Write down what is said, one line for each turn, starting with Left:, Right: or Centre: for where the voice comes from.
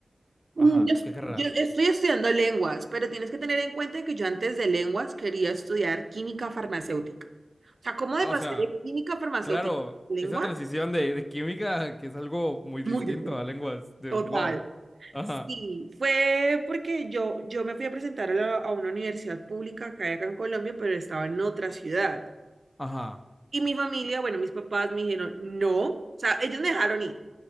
Right: Mm,
Left: ajá,
Right: Yo,
Left: ¿qué carrera?
Right: yo estoy estudiando lenguas, pero tienes que tener en cuenta que yo antes de lenguas quería estudiar química farmacéutica. O sea, ¿cómo
Left: Ah,
Right: de pasar
Left: o sea,
Right: de química farmacéutica
Left: claro,
Right: a lengua?
Left: esa transición de, de química que es algo muy distinto
Right: Muy diferente.
Left: a lenguas, de
Right: Total.
Left: wow. Ajá,
Right: Sí, fue porque yo, yo me fui a presentar a, la- a una universidad pública que hay acá en Colombia, pero estaba en otra ciudad.
Left: ajá,
Right: Y mi familia, bueno, mis papás me dijeron, no, o sea, ellos me dejaron ir.